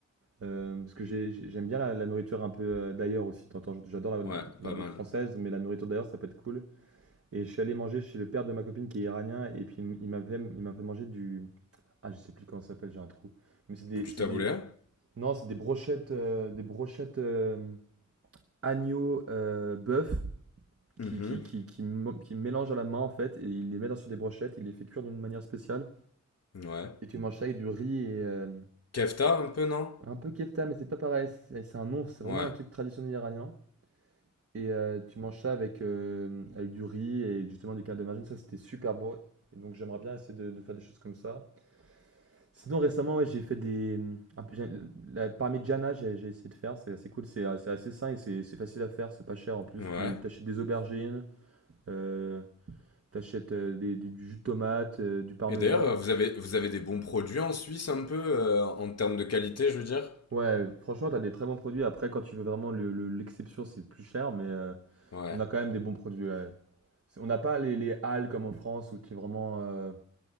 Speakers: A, on the right; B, on the left.
A: Euh, parce que j'ai- j'ai- j'aime bien la, la nourriture un peu euh, d'ailleurs aussi. T'entends, J'adore la, la-
B: Ouais,
A: la
B: pas
A: bouffe
B: mal.
A: française, mais la nourriture d'ailleurs, ça peut être cool. Et je suis allé manger chez le père de ma copine qui est iranien, et puis il m'a fait, il m'a fait manger du. Ah, je sais plus comment ça s'appelle, j'ai un trou. Mais c'est des,
B: Du
A: c'est
B: taboulé
A: des. Non, c'est des brochettes, euh, des brochettes euh, agneau euh, bœuf
B: Mhm.
A: qui, qui, qui, qui, mo- qui mélangent à la main en fait, et il les met sur des brochettes, il les fait cuire d'une manière spéciale,
B: Ouais.
A: et tu manges ça avec du riz et euh,
B: Kefta, un peu, non?
A: un peu kefta, mais c'est pas pareil, c'est c'est un nom, c'est vraiment
B: Ouais.
A: un truc traditionnel iranien. Et euh, tu manges ça avec, euh, avec du riz et justement du canard de margine, ça c'était super beau. Et donc j'aimerais bien essayer de, de faire des choses comme ça. Sinon, récemment, ouais, j'ai fait des. un peu- j'ai- La parmigiana, j'ai j'ai essayé de faire, c'est assez cool, c'est euh, c'est assez sain et c'est c'est facile à faire, c'est pas cher en plus.
B: Ouais.
A: Tu t'achètes des aubergines, euh, t'achètes euh, des- du, du jus de tomate, euh, du parmesan.
B: Et d'ailleurs, euh, vous avez, vous avez des bons produits en Suisse, un peu, euh, en termes de qualité, je veux dire?
A: Ouais, franchement, t'as des très bons produits. Après, quand tu veux vraiment le- le- l'exception, c'est plus cher, mais euh,
B: Ouais.
A: on a quand même des bons produits. ouais. C'est- On n'a pas les, les halles comme en France où tu as vraiment euh,